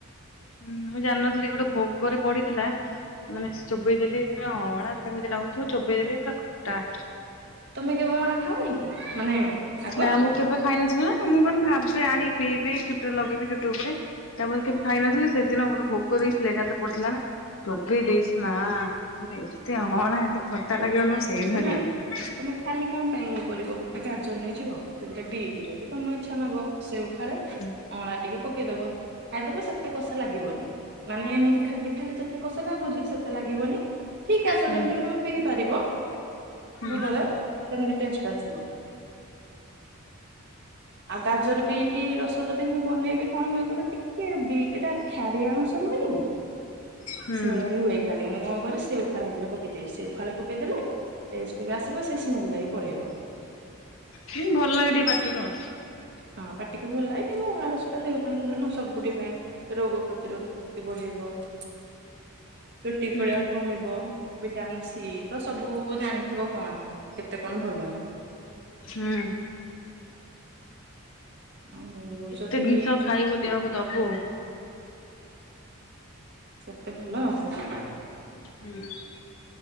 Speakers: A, on the left (about 65°); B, on the right (about 50°).
A: ହୁଁ ମୁଁ ଜାଣିନଥିଲି ଗୋଟେ ଭୋଗରେ ପଡିଥିଲା ମାନେ ଚୋବେଇ ଦେଲି ପୁରା ଅଁଳା କେମିତି ଲାଗୁଥିବ ଚୋବେଇ ଦେଲି ପୁରା ଖଟା।
B: ତମେ କେବେ ଅଁଳା ଖାଅନି କି ମାନେ ଆଗ
A: ନା ମୁଁ କେବେ ଖାଇନଥିଲି ନା ମୁଁ ମାନେ ଭାବେ ଆଣି ପିଇବି ଚୁଟିରେ ଲଗେଇବି ଚୁଟି ଉପୁଡେ। ତାପରେ କେବେ ଖାଇନଥିଲି ସେଦିନ ଗୋଟେ ଭୋଗ ଦେଇଥିଲେ ତା ଦେରେ ପଡିଥିଲା ନା। ଚୋବେଇ ଦେଇଚି ମା ମୁଁ କନି ଏତେ ଅଁଳା ଏତେ ଖଟା ଲାଗିବ ବୋଲି ମୁଁ ସେଇଦିନ
B: ତମେ
A: ଜାଣିଲି।
B: ତମେ ଖାଲି କଣ ପାଇଁ କରିବ ଗୋଟେ ଗାଜର ନେଇଯିବ ସେ ତିରେ ବିଟି ରେ ବି ତମ ଇଚ୍ଛା ନବ ସେଓ ଫାଳେ।
A: ହୁଁ।
B: ଅଁଳା ଟିକେ ପକେଇଦବ ଖାଇଦବ ସେତେ କସ୍ ସା ଲାଗିବନି ମାନେ ଏମିତି ଖାଲି ଖାଇଲେ ଯେତେ କଷା ଲାଗୁଚି ସେତେ ଲାଗିବନି। ଠିକ୍ ଆସିବ
A: ହୁଁ
B: ଯେମିତିକି ତମେ ପିଇ ପାରିବ।
A: ହୁଁ।
B: ଭଲରେ ସେମତି ଟେଷ୍ଟ ଆସିବ। ଆଉ ଗାଜର ବିଟ ରସ ଯଦି ମୁଁ ବନେଇବି କଣ ହୁଏ କହିଲ ଟିକେ ବିଟଟା ଖାରିଆ ଅଂଶ ରୁହେନି କି।
A: ହୁଁ
B: ସ୍ମେଲ ହୁଏ ଖାଲି, ମୁଁ କଁ କରେ ସେଉ ଫାଳେ ହେଥିରେ ପକେଇଦେବି ସେଉ ଫାଳେ ପକେଇଦେଲେ ଟେଷ୍ଟ ବି ଆସିବ, ସେ ସ୍ମେଲ ଟା ବି ପଳେଇବ।
A: ହୁଁ ଭଲ ଲାଗେ ଟିକେ ପାଟିକୁ ଆଉ।
B: ହଁ ପାଟିକୁ ଭଲ ଲାଗେ କିନ୍ତୁ ଅଁଳା ରସ ଟା ଦେହ ପାଇଁ ଭଲ ନା ସବୁଠି ପାଇଁ ରୋଗ ପ୍ରତିରୋଧକ। ଚୁଟି ବଢେଇବ ଚୁଟି ଉପୁଡିବା
A: ହୁଁ
B: କମିବ ଭିଟାମିନ ସି। ତ ସବୁ ଜାଣିଥିବ କଣ କେତେ କଣ ଭଲ।
A: ହୁଁ।
B: ଆଉ
A: କେତେ
B: ଯଦି
A: ଜିନିଷ ଖାଇବୁ ଦେହକୁ ଦବୁ।
B: ସେତେ ଭଲ ଆଉ।
A: ହୁଁ।